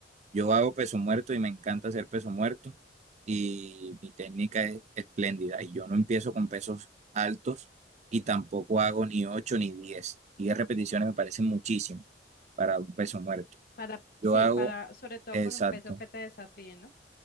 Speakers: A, on the right; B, on the left.
A: Yo hago peso muerto y me encanta hacer peso muerto y mi técnica es espléndida. Y yo no empiezo con pesos altos y tampoco hago ni 8 ni diez diez repeticiones me parecen muchísimo para un peso muerto.
B: Para,
A: Yo
B: sí,
A: hago,
B: para, sobre todo
A: exacto,
B: con un peso que te desafíe, ¿no?